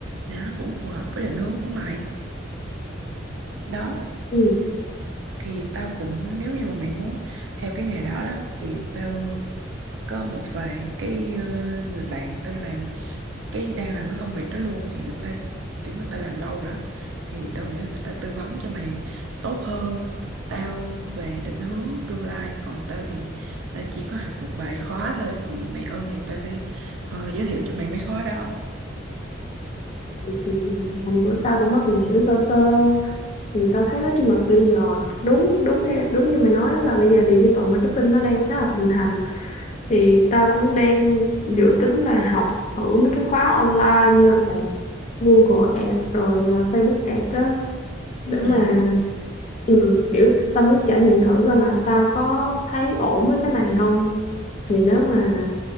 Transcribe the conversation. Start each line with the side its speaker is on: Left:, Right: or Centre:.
Right: thì nó cũng phù hợp với định hướng của mày đó
Left: Ừ.
Right: thì tao cũng nếu như mà mày muốn theo cái nghề đó đó thì tao có một vài cái ờ, người bạn tao làm cái đang làm cái công việc đó luôn thì người ta kiểu người ta làm lâu rồi đó thì tao nghĩ là người ta tư vấn cho mày tốt hơn tao về định hướng tương lai còn tao thì tao chỉ có học một vài khóa thôi thì mày ơn thì tao sẽ ờ, giới thiệu cho mày mấy khóa đó
Left: thì hôm bữa tao cũng có tìm hiểu sơ sơ thì tao thấy đó chung mà bây giờ đúng đúng theo đúng như mày nói á, là bây giờ digital marketing nó đang khá là thịnh hành thì tao cũng đang dự tính là học thử mấy cái khóa online như là Google Ads rồi à, Facebook Ads á để mà
Right: ừ
Left: ừ, kiểu tao muốn trải nghiệm thử coi là tao có thấy ổn với cái này không thì nếu mà